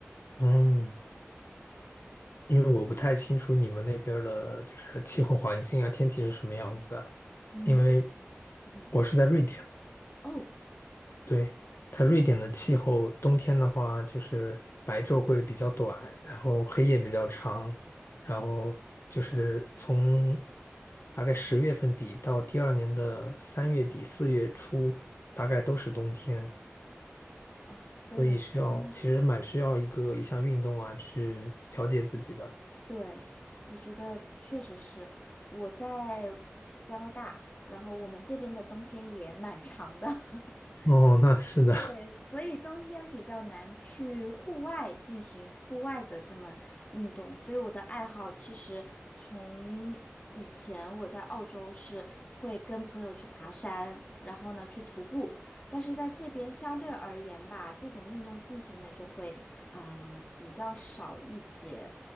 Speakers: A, on the left; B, on the left.
A: 嗯。因为我不太清楚你们那边儿的就是气候环境啊，天气是什么样子啊？
B: 嗯
A: 因为
B: 嗯，
A: 我是在瑞典嘛
B: 哦
A: 对，它瑞典的气候，冬天的话就是白昼会比较短，然后黑夜比较长，然后就是从大概十月份底到第二年的三月底四月初，大概都是冬天，
B: 啊，跟我们这边
A: 所以需要其实蛮需要一个一项运动啊去调节自己的。
B: 对，我觉得确实是我在加拿大，然后我们这边的冬天也蛮长的。<laughs>
A: 哦，那是的，
B: 所以冬天比较难去户外进行户外的这么运动，所以我的爱好其实从以前我在澳洲是会跟朋友去爬山，然后呢去徒步，但是在这边相对而言吧，这种运动进行的就会呃比较少一些，